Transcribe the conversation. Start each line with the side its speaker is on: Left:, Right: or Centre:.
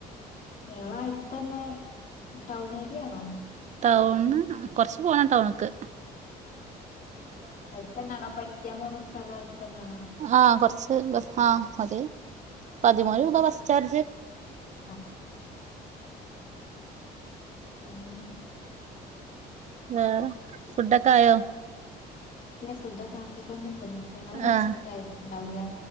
Left: നിങ്ങള അടുത്ത തന്നെ ടൗൺ ഏരിയ ആണോ
Right: ടൗണ് കൊറച്ച് പോണ ടൗണക്ക്
Left: അടുത്തെന്നൊണോ പഠിക്കാൻ പോന്ന സ്ഥലം അടുത്ത തന്നൊണോ
Right: ആ കൊറച്ച് ബ ആ അതെ പതിമൂന്ന് രൂപ ബസ് ചാർജ്
Left: ആഹ് ആഹ് പിന്നെ
Right: വേറെ ഫുഡൊക്കെ ആയോ
Left: ഇല്ല ഫുഡൊക്കെ ആക്കിക്കൊണ്ട്ക്കുന്നു നിങ്ങള് ഭക്ഷണം
Right: ആഹ്
Left: കഴുണ്ടാവല്ലേ